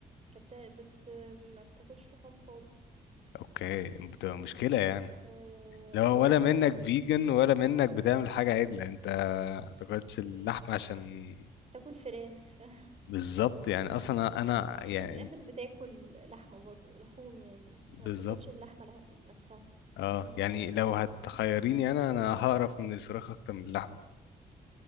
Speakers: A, on the right; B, on the left.
A: كانت بت ما بتاكلش لحوم خالص،
B: اوكي بتبقى مشكلة يعني
A: بس آه،
B: لو
A: آه،
B: ولا منك فيجن ولا منك بتعمل حاجة عدلة انت تاكلش اللحمة عشان
A: بتاكل فراخ. <laughs>
B: بالظبط يعني اصلا انا
A: يعني
B: يعني
A: أنت في الآخر بتاكل لحمة برضه لحوم يعني، بس
B: بالظبط
A: ما بتاكلش اللحمة ل نفسها.
B: اه
A: إمم.
B: يعني لو هتخيريني انا انا هقرف من الفراخ اكتر من اللحمة